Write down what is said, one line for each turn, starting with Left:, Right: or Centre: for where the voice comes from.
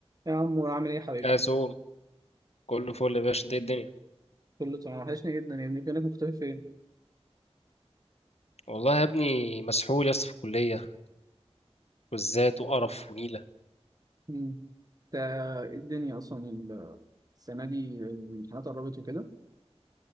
Right: يا عمور عامل ايه يا حبيبي؟
Left: أزوم كله فل يا باشا انت ايه الدنيا
Right: كله تمام وحشني جدا يا ابني فينك مختفي فين؟
Left: والله يا ابني مسحول يا اسطى في الكلية كوزات وقرف ونيلة
Right: مم. انت ايه الدنيا اصلا ال- السنة دي الامتحانات قربت وكده؟